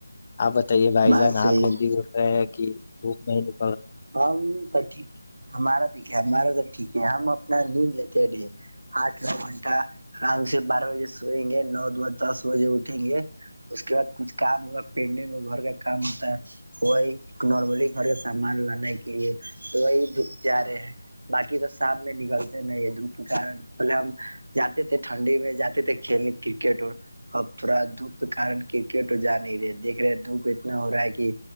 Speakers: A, on the left (about 25°); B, on the right (about 80°).
A: آپ تو یہ بھائی
B: بات
A: جان
B: صحیح
A: آپ جلدی
B: ہے۔
A: گٹ رہے ہیں کہ وہ م
B: ہم س ٹھیک ہمارا ٹھیک ہے ہمارا تو ٹھیک ہے ہم نان نین لے ڈے آ دو گھنٹہ آرام سے بارہ بجے سوئیں گے نو ب دس بجے اٹھیں گے اس کے بعد کچھ کام ہو پین میں گھر کا کام ہوتا ہے وہ نارملی گھر کا سامان لانا ے تو وہی دھپ جا رہے ہیں باقی تو شام میں نکلتے نہیں دھوپ کے کارن پہلے ہم جاتے تھے ٹھنڈی میں جاتے تھے کھیلنے کرکٹ اور اب تھوڑا دھوپ کے کن کرکٹ اور جا نہیں رہے دھ رہے دھوپ اتنا ہو رہا ہے کہ